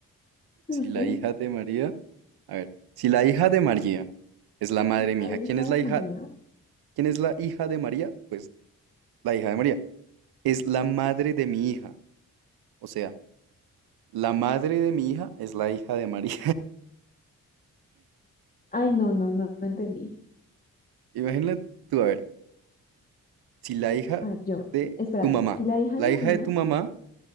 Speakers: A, on the right; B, on the left.
A: Si
B: <laughs> no sé.
A: la hija de María, a ver, si la hija de María es la madre
B: Si
A: de mi
B: la
A: hija,
B: hija
A: ¿quién es
B: de
A: la
B: María,
A: hija? ¿Quién es la hija de María? Pues la hija de María es la madre de mi hija. O sea, la madre de mi hija es la hija de María.
B: ay,
A: <laughs>
B: no, no, no, no entendí.
A: Imagínate tú, a ver, si la hija
B: Ah, yo,
A: de
B: espérate.
A: tu mamá,
B: Si la hija
A: la
B: de María,
A: hija de tu mamá,